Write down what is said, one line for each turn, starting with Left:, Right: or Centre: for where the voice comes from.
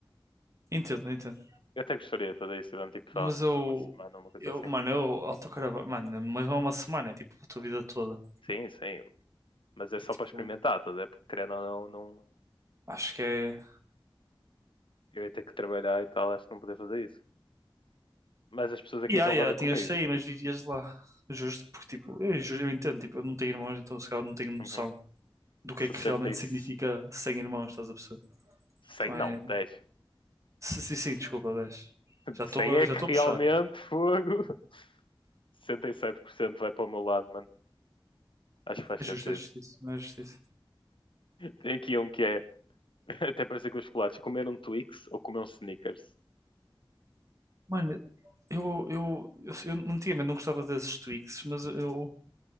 Right: entendo, entendo.
Left: Eu até gostaria de fazer isso durante tipo só
Right: Mas eu,
Left: uma semana, uma coisa
Right: eu,
Left: assim.
Right: mano, eu autocaravana, mano, mas não é uma semana, é tipo a tua vida toda.
Left: Sim, sim, mas é só
Right: Tipo,
Left: para experimentar, tá? a ver? Porque querendo ou não, não,
Right: acho que é.
Left: eu ia ter que trabalhar e tal, acho que não poder fazer isso. Mas as pessoas aqui
Right: Yeah,
Left: concordam
Right: yeah, tinhas
Left: comigo.
Right: de sair, mas vivias lá. Justo, porque tipo, eu, ju- eu entendo, tipo, eu não tenho irmãos, então se calhar não tenho noção
Left: Uhum.
Right: do que
Left: 60
Right: é que realmente
Left: e...
Right: significa
Left: se-
Right: sem irmãos, estás a perceber?
Left: 100
Right: Então é.
Left: não, 10.
Right: Sim, sim, sim, desculpa, 10. Já estou
Left: 100 é
Right: a, já
Left: que
Right: estou
Left: realmente
Right: a puxar.
Left: fogo. 67% vai para o meu lado, mano. Acho que faz
Right: É
Left: sentido.
Right: justo, é justiça, não é justiça.
Left: Tem aqui um que é, <laughs> até parece que os chocolates, comer um Twix ou comer um Snickers.
Right: Mano, eu, eu, eu, eu antigamente não gostava desses Twix, mas eu